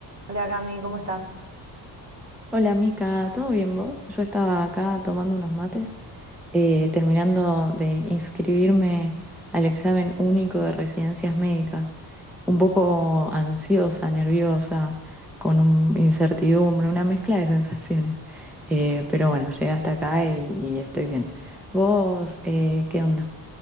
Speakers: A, on the right; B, in the centre.
A: Hola Cami, ¿cómo estás?
B: Hola Mica, ¿todo bien vos? Yo estaba acá tomando unos mates, eh, terminando de inscribirme al examen único de residencias médicas, un poco ansiosa, nerviosa, con un- incertidumbre, una mezcla de sensaciones. Eh, pero bueno, llegué hasta acá y, y estoy bien. ¿Vos, eh, qué onda?